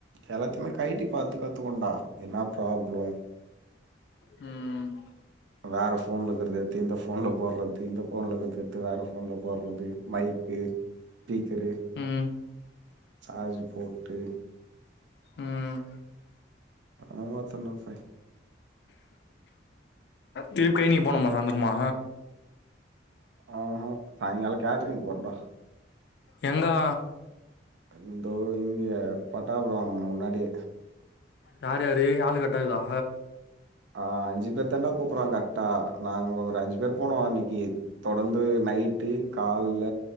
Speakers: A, on the right; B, on the left.
A: எல்லாத்யுமே கைட்டி பாத்து கத்துக்கோண்டா இது என்ன ப்ராப்ளோ
B: ம்
A: வேற போன்ல இருக்றத எட்த்து இந்த போன்ல போட்றது இந்த போன்ல இருக்றத எட்த்து வேற போன்ல போட்றது மை க்கு ஸ்பீக்கரு
B: ம்
A: சார்ஜ் போட்டு
B: ம்
A: ஆமா தொன்னஃபை
B: திருப்யு நீங்க போனும்மா சாய்ந்தரமா
A: ஆஹ சாய்ங்காலோ கேட்ரிங் போறண்டா
B: எங்கா
A: இந்தோ இங்க பட்டாபுரம் முன்னாடி
B: யார்யாரு ஆளு கர்ட்டாஇருக்குதா
A: அ அஞ்சு பேர்தாடா கூப்புறா கர்ட்டா நாங்க ஒரு அஞ்சு பேர் போனோ அன்னைக்கு தொடர்ந்து நைட்டு கால்ல